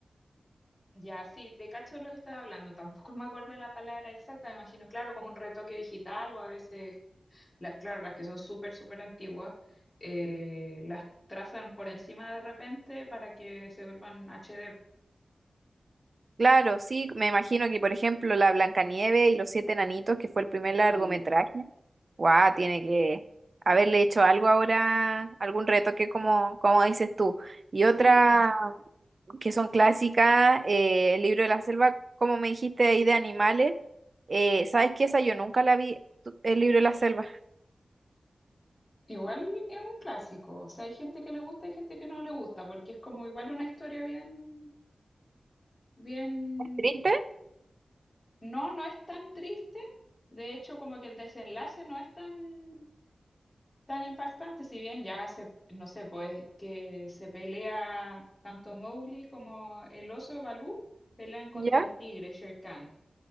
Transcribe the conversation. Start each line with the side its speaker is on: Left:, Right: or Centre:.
Left: Ya, sí, te cacho lo que estaba hablando. Tampoco me acuerdo la palabra exacta, me imagino, claro, como un retoque digital o a veces, las claro, las que son súper, súper antiguas, eh, las trazan por encima de repente para que se vuelvan HD.
Right: Claro, sí, me imagino que por ejemplo la Blancanieve y los siete enanitos, que fue el primer largometraje,
Left: Sí, pues.
Right: guau, tiene que haberle hecho algo ahora, algún retoque como, como dices tú. Y
Left: Sí,
Right: otra
Left: po.
Right: que son clásicas, eh, El libro de la selva, como me dijiste ahí de animales, eh, ¿sabes qué? Esa yo nunca la vi, tu- El libro de la selva.
Left: Igual es un clásico, o sea, hay gente que le gusta hay gente que no le gusta, porque es como igual una historia bien, bien,
Right: ¿Triste?
Left: no, no es tan triste, de hecho como que el desenlace no es tan, tan impactante, si bien ya se, no sé, pues que se pelea tanto Mowgli como el oso de Balú, pelean contra
Right: ¿Ya?
Left: el tigre Shere Khan.